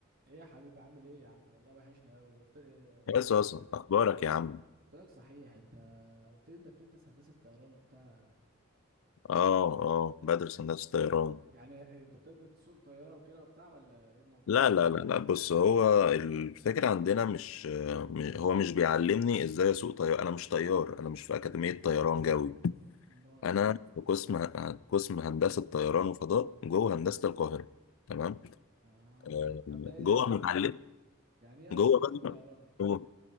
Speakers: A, on the right; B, on the left.
A: ايه يا حبيبي عامل ايه يا عم والله وحشنا قوي قلت لي قلت
B: يا صاصة
A: لك
B: أخبارك يا عم؟
A: قلت لك صحيح انت قلت لي انت بتدرس هندسة طيران وبتاع
B: آه آه بدرس هندسة طيران
A: يعني انت بتقدر تسوق طيارة وكده وبتاع ولا ايه الموضوع
B: لا
A: م-
B: لا لا لا بص هو الفكرة عندنا مش م- هو مش بيعلمني إزاي أسوق طيار أنا مش طيار أنا مش في أكاديمية طيران جوي
A: امال
B: أنا في قسم قسم هندسة طيران وفضاء جوه هندسة القاهرة تمام
A: اه
B: آه،
A: طب ده ايه
B: جوه
A: ده يعني
B: متعلم
A: يعني ايه
B: جوه
A: اصلا هندسة
B: بقى
A: طيران
B: قول